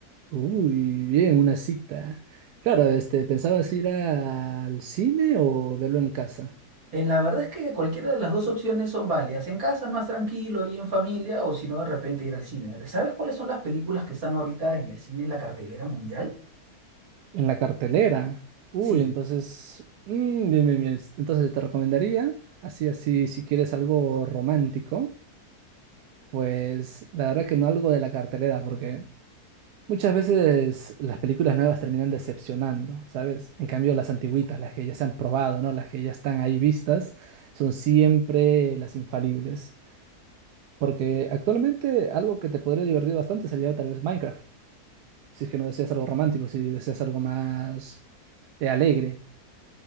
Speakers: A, on the right; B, on the right.
A: Uy, bien, una cita. Claro, este, ¿pensabas ir al cine o verlo en casa?
B: Eh, la verdad es que cualquiera de las dos opciones son válidas. En casa más tranquilo ahí en familia o si no de repente ir al cine. ¿Sabes cuáles son las películas que están ahorita en el cine en la cartelera mundial?
A: En la cartelera. Uy,
B: Sí.
A: entonces, mm, bien, bien, bien. Entonces te recomendaría, así, así, si quieres algo romántico, pues la verdad que no algo de la cartelera, porque muchas veces las películas nuevas terminan decepcionando, ¿sabes? En cambio, las antigüitas, las que ya se han probado, ¿no? Las que ya están ahí vistas, son siempre las infalibles. Porque actualmente algo que te podría divertir bastante sería tal vez Minecraft, si es que no deseas algo romántico, si deseas algo más eh, alegre.